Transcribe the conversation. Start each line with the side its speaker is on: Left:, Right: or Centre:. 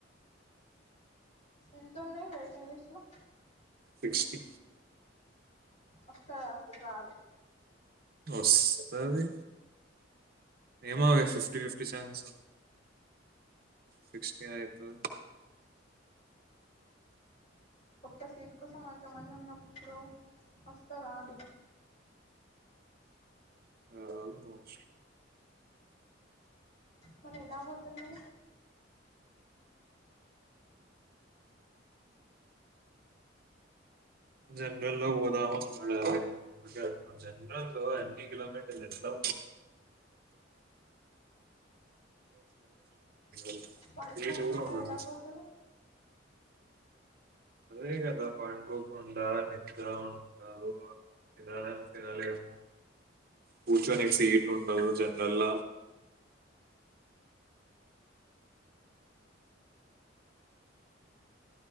Left: ఎంతున్నాయ్ వేటింగ్ లిష్ లో
Right: సిక్స్టీ
Left: ఒస్తదా సురాదు
Right: ఒస్తది ఏమో ఫిఫ్టీ ఫిఫ్టీ చాన్స్ సిక్స్టీ అయితే
Left: ఒక్క సీట్ కోసం అంతమంది ఉన్నప్పుడు ఒస్తదా అది
Right: ఆల్ మోచ్
Left: మలి ఎలా పోతర్ మరి
Right: జనరల్ లో ఓదామం అనుకున్నామరి జనరల్ అన్ని కిలోమీటర్లు ఎట్లా <unintelligible>
Left: పడుకోకుండా
Right: సీటు కూడా ఉండదు
Left: ఎలా పోతరు
Right: అదే గదా పడుకోకుండా నిద్ర ఉండదు <inaudible> తీనలేము కూర్చొనిక్ సీట్లు ఉండవు జండ్రళ్ళ